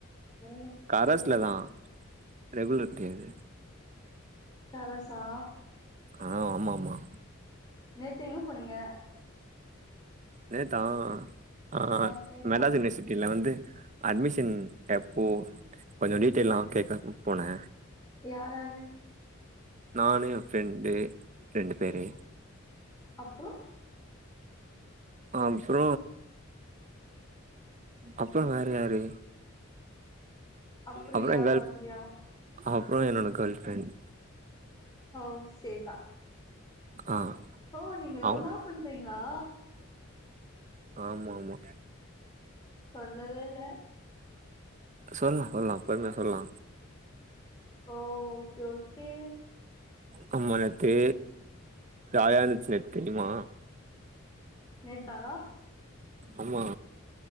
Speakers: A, on the left; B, on the right.
A: ஓ
B: கரஸ்ல
A: சேர்தா
B: தா ரெகுலர் கிடையாது
A: கரசா
B: ஆ ஆமா ஆமா
A: நேத்து எங்க போனீங்க
B: நேத்தா ஆஹ்
A: ஆ நேத்தா
B: மெலாது யூனிவர்சிட்டில வந்து அட்மிஷன் எப்போ கொஞ்ச டீட்டெய்லாம் கேக்க போனே
A: யாராரு
B: நானு என் ஃப்ரெண்டு ரெண்டு பேரு
A: அப்புற
B: அப்புற அப்புற வேற யாரு
A: அப்றோ
B: அப்புற
A: யாரு
B: எங்கேர்ள்
A: வர்லயா
B: ஃப் அப்பற என்னோட கேர்ள் ஃப்ரண்ட்
A: ஹ சேர்தா
B: ஆ
A: ஓ நீங்க லவ்லாப்
B: அவ்
A: பண்றீங்க ளா
B: ஆமா ஆமா
A: சொல்லவேல
B: சொல்லலா சொல்லலா பொறுமையா சொல்லலா
A: ஓகே ஓ கே
B: முந்தா நேத்து ஜாயாந்துச்சு தெரியுமா
A: நேத்தா
B: ஆமா